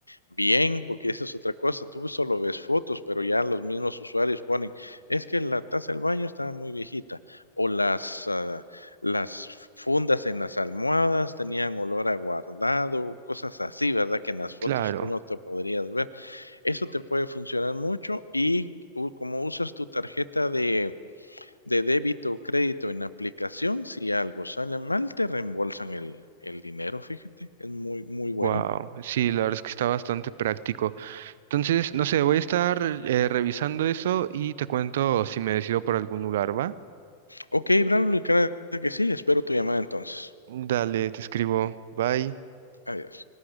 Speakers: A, on the left; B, on the right.
A: bien, porque esa es otra cosa. Tú solo ves fotos, pero ya los mismos usuarios ponen, es que la taza del baño está muy viejita o las, ah, las fundas en las almohadas tenían olor a guardado, cosas así, ¿verdad? Que en las fotos
B: claro.
A: tú no te podrías ver. Eso te puede funcionar mucho y u- como usas tu tarjeta de, de débito o crédito en la aplicación, si algo sale mal, te reembolsan el, el dinero, fíjate, es muy, muy buena.
B: Wow, sí, la verdad es que está bastante práctico. Entonces, no sé, voy a estar eh, revisando eso y te cuento si me decido por algún lugar, ¿va?
A: Ok, Braulio, claro que sí. Espero tu llamada entonces.
B: Dale, te escribo. Bye.
A: Adiós.